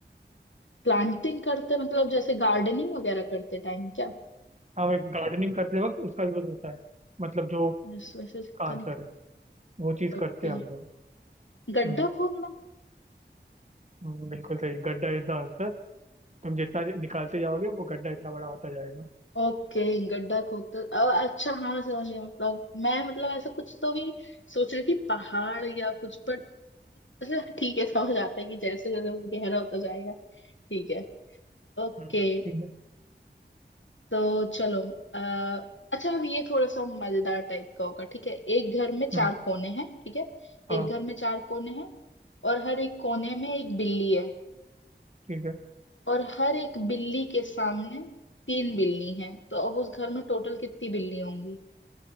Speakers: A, on the left (about 85°); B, on the right (about 40°).
A: प्लांटिंग करते मतलब जैसे गार्डनिंग वगैरह करते टाइम क्या
B: हाँ वो गार्डनिंग करते वक्त उसका यूज होता है मतलब जो
A: जिस वजह से जितना
B: का आंसर
A: निकाल
B: है वो चीज
A: ओके
B: करते हैं हम लोग
A: गड्ढा
B: हम्म
A: खोदना
B: हम्म, बिल्कुल सही गड्ढा इतना आंसर तुम जितना निकालते जाओगे वो गड्ढा इतना बड़ा होता जाएगा <laughs>
A: ओके गड्ढा खोदते अ, अच्छा हाँ समझ गया मतलब मैं मतलब ऐसा कुछ तो भी सोच रही थी पहाड़ या कुछ पर <laughs> अच्छा ठीक है समझ आता है कि जैसे जैसे वो गहरा होता जाएगा ठीक है ओके
B: हम्म, ठीक है
A: तो चलो आ, अच्छा अब ये थोड़ा सा मजेदार टाइप का होगा ठीक है एक घर में चार
B: हम्म
A: कोने हैं ठीक है
B: हाँ
A: एक घर में चार कोने हैं और हर एक कोने में एक बिल्ली है
B: ठीक है
A: और हर एक बिल्ली के सामने तीन बिल्ली हैं तो अब उस घर में टोटल कितनी बिल्ली होंगी